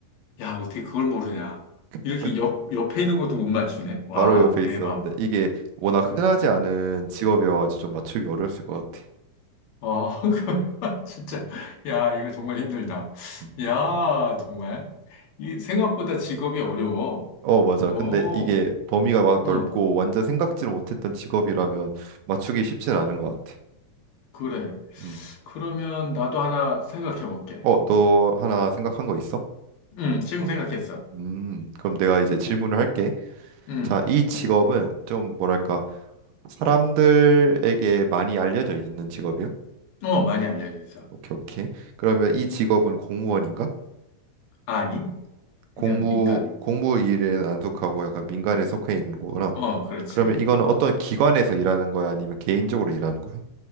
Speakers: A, on the left (about 80°); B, on the right (about 80°).
A: 야, 어떻게 그걸 모르냐.
B: 그,
A: 이렇게
B: 그,
A: 옆, 옆에 있는 것도 못 맞추네. 와,
B: 바로 옆에
A: 대박.
B: 있었는데 이게 워낙 흔하지 않은 직업이어가지고 좀 맞추기 어려웠을 것 같아.
A: 어, <laughs> 그걸 진짜. 야, 이거 정말 힘들다.
B: 음.
A: 야, 정말. 이 생각보다 직업이 어려워.
B: 어 맞아. 음.
A: 오,
B: 근데 이게 범위가 막
A: 어,
B: 넓고 완전 생각지를 못했던 직업이라면 맞추기 쉽진 않은 것 같아.
A: 그래.
B: 음.
A: 그러면 나도 하나 생각해 볼게.
B: 어, 너 하나 생각한 거 있어?
A: 음, 지금 생각했어.
B: 음, 그럼 내가 이제 질문을 할게.
A: 음.
B: 자, 이 직업은 좀 뭐랄까 사람들에게 많이 알려져 있는 직업이야?
A: 어, 많이 알려져 있어.
B: 오케이, 오케이. 그러면 이 직업은 공무원인가?
A: 아니,
B: 공무
A: 그냥 민간이.
B: 공무 일에는 안 속하고 약간 민간에 속해 있는 거구나.
A: 어, 그렇지.
B: 그러면 이거는 어떤 기관에서 일하는 거야? 아니면 개인적으로 일하는 거야?